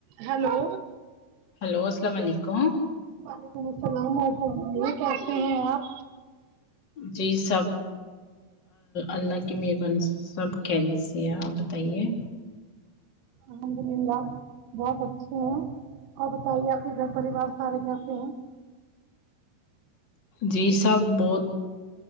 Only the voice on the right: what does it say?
hello
وعلیکم السلام اور فرمائیے کیسے ہیں آپ
الحمد للہ بہت اچھے ہیں اور بتائیے آپ کے گھر پریوار سارے کیسے ہیں